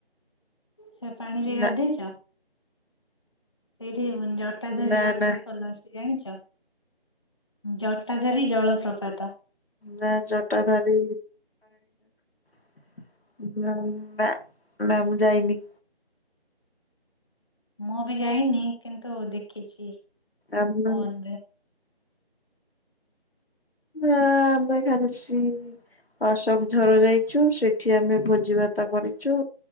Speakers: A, on the left; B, on the left.
A: ସେ ପାଣିରେ
B: ନା
A: ଗାଧେଇଚ। ସେଇଠି ଜଟାଧାରୀ
B: ନା
A: ୱାଟର
B: ନା
A: ଫଲ ଅଛି ଜାଣିଚ। ଜଟାଧାରୀ ଜାଳ ପ୍ରପାତ।
B: ନା ଜଟାଧାରୀ <inaudible> ନା ମୁଁ ଯାଇନି।
A: ମୁଁ ବି ଯାଇନି କିନ୍ତୁ ଦେଖିଛି।
B: ଆମେ
A: ଫୋନରେ।
B: ମାନେ। ଆମେ ଖାରିଚି। ଆଶୋକ୍ ଝର ଯାଇଛୁ ସେଠି ଆମେ ଭୋଜି ଭାତ କରିଛୁ।